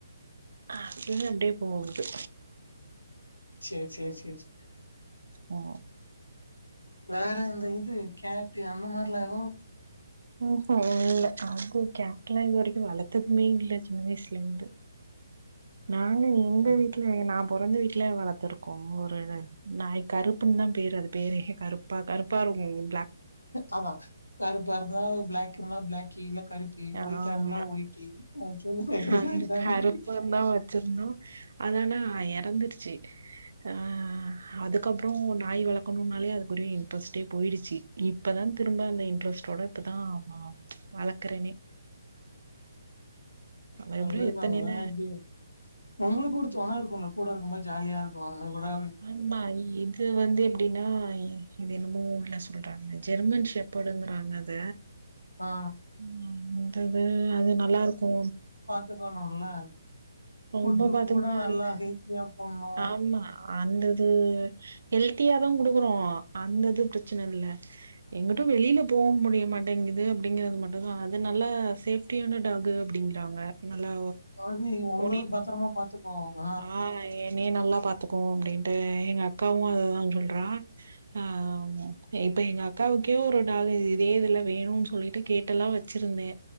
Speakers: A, on the right (about 65°); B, on the left (about 90°).
A: அ ம் அப்டியே போகுது
B: செர் செர் செர்
A: ஓ
B: வேற இந்த இது கேட் அந்த மாரிலா எதுவு
A: ம்ஹும் இல்ல அது கேட்டலா இது வரைக்கு வளத்ததுமே இல்ல சின்ன வயசுலருந்து நாங்க எங்க
B: அதா
A: வீட்டுல நா பொறந்த வீட்ல வளத் துருக்கோ ஒரு நாய் கருப்புன்னு தா பேரு அது பேரே கருப்பா கருப்பு பாருங்கேயன்
B: அதா கருப்பாருந்தா பிளாக்குருந்தா பிளாக்கி இல்ல கருப் க்கி ஒயிட்டா
A: ஆமா
B: இருந்தா ஒய்ட்டி சொல்லுவாயிங்கள்ல
A: அந்த
B: இதானக்கி
A: கருப்புன் தா வச்சிருந்தோ அதனா எறந்துருச்சு ஆ அதுக்கப்புறோ நாய் வளக்கணுன்னாலே அதுக்கு ஒரு இன்ட்ரெஸ்டே போயிடுச்சு இப் பதா திரும்ப அந்த இன்ட்ரெஸ்டோட இப்பதா வளக்கறனே அதுக்கப்றோ
B: நல்லதுதா
A: எத்தனைன
B: வளங்க அப்டியே உங்களுக்கு ஒரு தொண இருக்குல்ல கூட இருக்கும் போது ஜாலியாருக்கலா
A: ஆமா இது இது வந்து எப்டின்னா இது என்னமோ ஊர்ல சொல்றாங்க ஜெர்மன் ஷெப்பர்ட்டுங்குறாங்க அத
B: ஆ
A: ம் ம் இது அது நல்லாருக்கு
B: த்துக்கணுன்னா
A: ரொம்ப
B: ஃபுட்டு
A: பாத்துக்கமா
B: கூட நல்லா
A: இருக்கு
B: ஹெல்த்தியா போட்னு
A: ஆமா அந்த இது ஹெல்த்தியாதா குடுக்குறோ அந்த இது பிரச்சனல்ல எங்கிட்டு வெளியில போக முடிய மாட்டேங்கிது அப்படிங்கறது மட்டும்தா அது நல்லா சேஃப குட்டியான டாகு அப்டிங்கறாங்க நல்லா
B: அது உங்களுக்கு
A: உன்னை
B: பத்துரமா பாத்துக்கோவாங்க
A: ஆ என்னைய நல்லா பாத்துக்கு அப்டின்ட்டு எங்க அக்காவு அதுதா சொல்றா ஆ இப்ப எங்க அக்காவுக்கே ஒரு டாகு இதே இதுல வேணுன்னு சொல்லிட்டு கேட்டல்லா வச் வச்சிருந்தே